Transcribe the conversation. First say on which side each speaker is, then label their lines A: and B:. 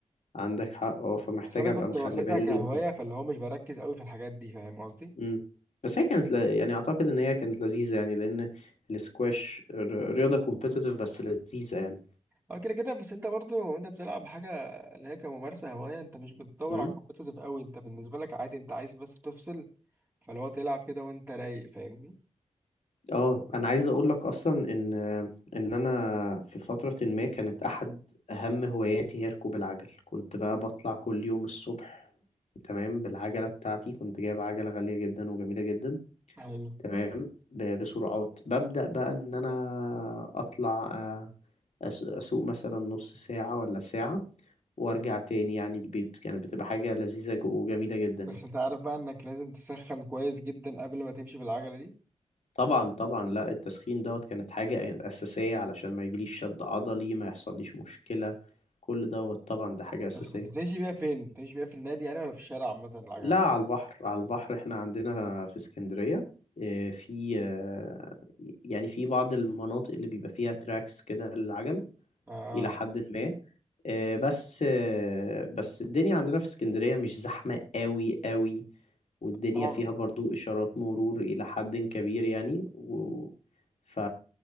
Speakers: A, on the left; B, on the right.
A: عندك حق اه فمحتاج
B: بس انا
A: ابقى
B: كنت
A: مخلي
B: واخدها
A: بالي
B: كهواية
A: جدا
B: فاللي هو مش بركز قوي في الحاجات دي فاهم قصدي
A: امم بس هي كانت ل... يعني اعتقد ان هي كانت لذيذه يعني لان الاسكواش ر- رياضه كومبيتيتيف بس لذيذه
B: اه كده كده بس انت برضو انت بتلعب حاجه اللي هي كممارسه هوايه انت مش بتدور
A: يعني
B: على كومبيتيتيف قوي انت بالنسبه لك عادي انت عايز بس تفصل فلو تلعب كده وانت رايق فاهمني
A: اه انا عايز اقول لك اصلا ان ان انا في فتره ما كانت احد اهم هواياتي هي ركوب العجل كنت بقى بطلع كل يوم الصبح تمام بالعجله بتاعتي كنت جايب عجله غاليه جدا وجميله جدا
B: حلو
A: تمام ب- بسرعات ببدا بقى ان انا اطلع آه، أس- اسوق مثلا نص ساعه ولا ساعه وارجع تاني يعني البيت كانت بتبقى حاجه لذيذه وجميله جدا
B: بس
A: يعني
B: انت عارف بقى انك لازم تسخن كويس جدا قبل ما تمشي بالعجله دي
A: طبعا طبعا لا التسخين دوت كانت حاجة أساسية علشان ما يجيليش شد عضلي ما يحصليش مشكلة كل دوت طبعا ده حاجة أساسية
B: بس كنت بتمشي بيها فين بتمشي بيها في النادي يعني ولا في الشارع عامه العجله
A: لا على البحر على البحر احنا عندنا في اسكندرية آه، في آه، يعني في بعض المناطق اللي بيبقى فيها تراكس كده للعجل
B: اه
A: إلى حد ما آه، بس آه، بس الدنيا عندنا في اسكندرية مش زحمة قوي قوي والدنيا
B: طبعا
A: فيها برضو إشارات مرور إلى حد كبير يعني و... ف...